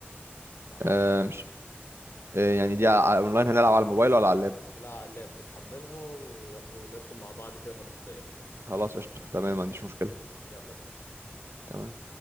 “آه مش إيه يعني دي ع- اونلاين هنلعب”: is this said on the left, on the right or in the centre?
Right